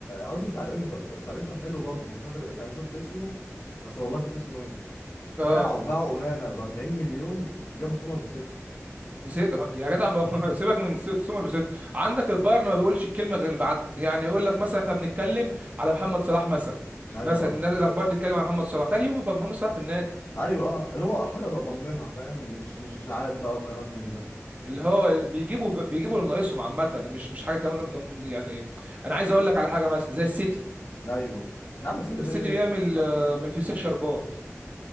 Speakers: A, on the left; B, on the right.
A: قصدي بتاع الانتر بتاع الانتر حلو برضه مش فاكر كان شفت اسمه بس والله نسيت اسمه ايه
B: اه
A: باعوا باعوا اونانا ب 40 مليون جابوا سومر بست
B: بسيت أما- يا جدع ما- <laughs> سيبك من س- سومر بسيت عندك البايرن ما بيقولش الكلمه غير بعد يعني يقول لك مثلا احنا بنتكلم على محمد صلاح مثلا
A: ايوه
B: مثلا الناس- الاخبار تتكلم على محمد صلاح تاني يوم يبقى محمد صلاح في النادي
A: ايوه اه اللي هو حاجه ضامنينها فاهم مش مش اشاعات بقى وكلام من ده
B: اللي هو بيجيبوا بيجيبوا اللي ناقصهم عامة مش مش حاجة كمان ضمن- يعني أنا عايز أقول لك على حاجة مثلا زي السيتي
A: ايوه يا عم سيدي ده
B: السيتي بيعمل
A: ده بنك
B: آه،
A: فلوس
B: من الفسيخ
A: يعني
B: شربات